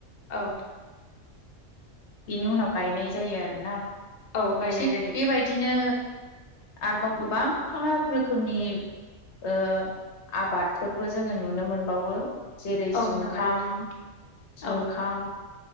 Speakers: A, on the left; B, on the left.
A: औ।
B: बेनि उनाव गायनाय जायो आरोना।
A: औ गायनाय
B: थिग
A: जायो
B: बेबायदिनो आरबाव गोबांथार रोखोमनि ओ आबादफोरबो जोङो नुनो मोनबावो। जेरै
A: औ
B: जुंखाम
A: नंगौ नोंथां
B: जुंखाम
A: औ